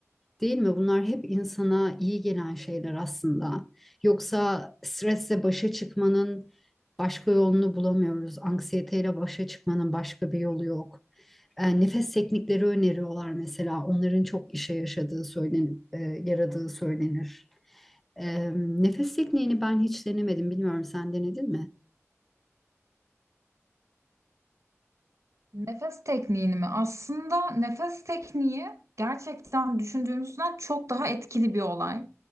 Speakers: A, in the centre; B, on the right.
A: Değil mi? Bunlar hep insana iyi gelen şeyler aslında. Yoksa stresle başa çıkmanın başka yolunu bulamıyoruz. Anksiyeteyle başa çıkmanın başka bir yolu yok. E, nefes teknikleri öneriyorlar mesela. Onların çok işe yaşadığı söylen, e, yaradığı söylenir. E, nefes tekniğini ben hiç denemedim. Bilmiyorum sen denedin mi?
B: Nefes tekniğini mi? Aslında nefes tekniği gerçekten düşündüğümüzden çok daha etkili bir olay.